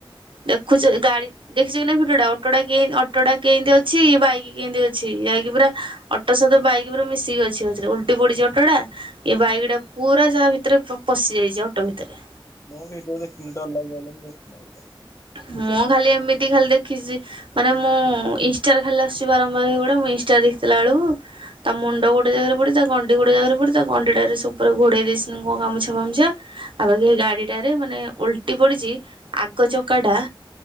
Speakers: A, on the right (about 65°); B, on the left (about 35°).
A: ଦେଖୁଛି ଗାଡି ଦେଖିଛ କି ନାଇଁ ଫଟଟା? ଅଟୋଟା କି ଅଟୋଟା କିଁତି ଅଛି, ବାଇକ୍ କିଁତି ଅଛି? ଯାଇକି ପୁରା ଅଟ୍ ଅଟ ସହିତ ବାଇକ୍ ପୁରା ମିଶିକି ଅଛି। ଅ ଛେରେ ଉଲଟି ପଡିଛି ଅଟୋଟା। ଏ ବାଇକ୍ ଟା ପୁରା ତା ଭିତରେ ପଶି ଯାଇଛି ଅଟୋ ଭିତରେ।
B: ମୋ ଭିଡିଓ ଦେଖିନି। ଡରଲାଗିବ ବୋଲି ମୁଁ ଦେଖିନି <inaudible>
A: ମୁଁ ଖାଲି ଏମିତି ଖାଲି ଦେଖ୍ ଖିଛି ମାନେ, ମୁଁ ଇନ୍ଷ୍ଟାରେ ଖାଲି ଆସୁଛି, ବାରମ୍ବାର ହେଇଗୁଡା। ମୁଁ ଇନ୍ଷ୍ଟା ଦେଖିଦେଲା ଅଳକୁ ତା' ମୁଣ୍ଡ ଗୋଟେ ଜାଗାରେ ପଡି, ତା ଗଣ୍ଡି ଗୋଟେ ଜାଗାରେ ପଡି, ତା ଗଣ୍ଡିଟାରେ ସେ, ଉପରେ ଘୋଡେଇ ଦେଇଛନ୍ତି କଣ ଗାମୁଛା ଫାମୁଛା? ଆଉ ବାକି ହେଇ ଗାଡିଟାରେ ମାନେ ଓଲଟି ପଡିଚି, ଆଗ ଚକାଟା।